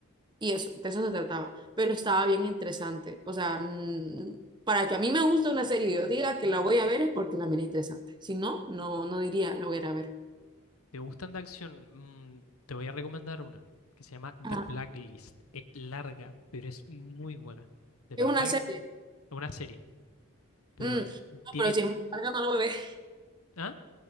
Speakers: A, on the right; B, on the left.
A: Y eso, de eso se trataba. Pero estaba bien interesante. O sea, mm, para que a mí me guste una serie y yo diga que la voy a ver es porque la miré interesante. Si no, no, no diría la voy a ir a ver.
B: ¿Te gustan de acción? Mm, te voy a recomendar una que se llama The
A: Ajá.
B: Blacklist. Es larga, pero es muy buena. De
A: Es
B: verdad
A: una
B: que
A: serie.
B: es una serie. Pero
A: Mm, no,
B: tiene...
A: pero si es muy larga, no la voy a ver. <laughs>
B: ¿Ah?